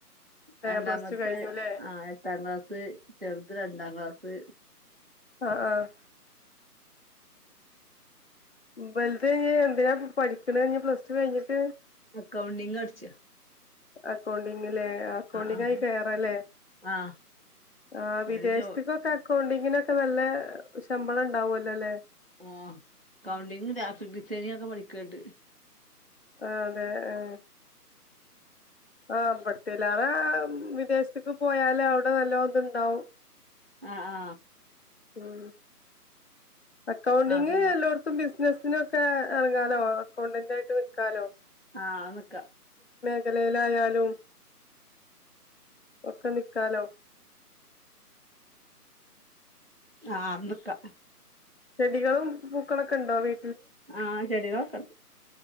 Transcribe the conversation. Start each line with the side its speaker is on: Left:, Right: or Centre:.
Right: രണ്ടാമത്തെ
Left: പ്ലസ് ടു കഴിഞ്ഞുല്ലേ
Right: ആ എട്ടാം ക്ലാസ് ചെറുത് രണ്ടാം ക്ലാ സ്
Left: ആഹ് ആഹ് വലുത് കഴിഞ്ഞാ എന്തിനാ ഇപ്പ പഠിക്കണെ പ്ലസ് ടു കഴിഞ്ഞിട്ട്
Right: അക്കൗണ്ടിങ്ങ് പഠിച്ചു
Left: അകൗണ്ടി ഞ്ഞല്ലേ ആ അക്കൗണ്ടിങ്ങ്
Right: ആഹ്
Left: ആയി കേറാല്ലേ
Right: ആഹ്
Left: ആ
Right: ഓല്
Left: വിദേശത്തക്കൊക്കെ
Right: ജോ
Left: അക്കൗണ്ടിങ്ങിനൊക്കെ നല്ല ശമ്പളം ഉണ്ടാവുല്ലോ അല്ലേ
Right: ആ കൗണ്ടിങ് ഗ്രാഫിക് ഡിസൈനിങ് ഒക്കെ പഠിക്കേണ്ട്
Left: ആ അതെ ആ ആ ഇവിടത്തേലാ റെ വിദേശത്തക്ക് പോയാല് അവിടെ നല്ല ഒതുണ്ടാവും
Right: ആഹ് ആ
Left: ഉം അക്കൗണ്ടിങ്ങ്
Right: അതുണ്ടാവും
Left: എല്ലോയിടത്തും ബിസിനസ് ഇതിനൊക്കെ എറങ്ങാലോ അക്കൗണ്ടന്റ് ആയിട്ട് നിക്കാലോ
Right: ആ അത് നിക്ക
Left: നിലയിലായാലും ഒക്കെ നിക്കാലോ
Right: ആ നിക്കാ
Left: ചെടികളും പൂക്കളൊക്കെ ഇണ്ടോ വീ
Right: ആ ചെടികളൊക്കണ്ട്